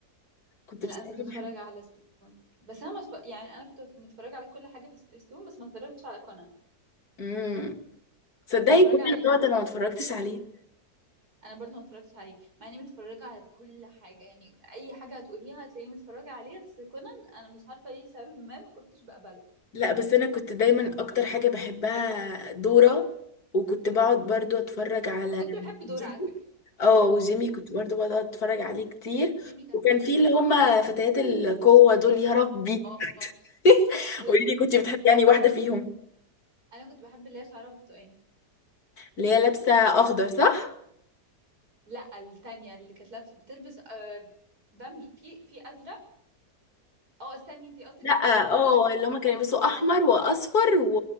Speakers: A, on the left (about 65°); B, on the right (about 65°).
A: كنت
B: لا
A: بصراحه
B: أنا كنت بتفرج
A: بحب
B: على سبيستون بس أنا متف... يعني أنا كنت متفرجة على كل حاجة في سبيستون بس ما اتفرجتش على كونان
A: امم تصدقي
B: متفرجة
A: كل
B: عليه
A: دوت انا ما اتفرجتش عليه
B: انا برضو ما اتفرجتش عليه مع اني متفرجه على كل حاجه يعني اي حاجه هتقوليها هتلاقيني متفرجه عليها بس كونان انا مش عارفه ليه لسبب ما ما كنتش بقبله
A: لا بس انا كنت دايما اكتر حاجه بحبها دورة وكنت بقعد برضو اتفرج على
B: ما كنتش بحب دور
A: جيمي
B: على فكره
A: اه وجيمي
B: مش عارفه
A: كنت برضو بقعد اتفرج عليه كتير
B: جيمي كان
A: وكان
B: تحفه
A: في اللي هما فتيات القوة دول يا ربي
B: اه آه.
A: <laughs>
B: و
A: قولي لي كنت بتحبي يعني واحدة فيهم
B: انا كنت بحب اللي هي شعرها برتقاني
A: اللي هي لابسة اخضر صح
B: لا التانية اللي كانت لابسه بتلبس آه بامبي في في ازرق اه استني انتي قصدك
A: لا
B: في الجاسوسات
A: اه
B: ولا
A: اللي
B: في
A: هما كانوا يلبسوا
B: هو
A: احمر واصفر و...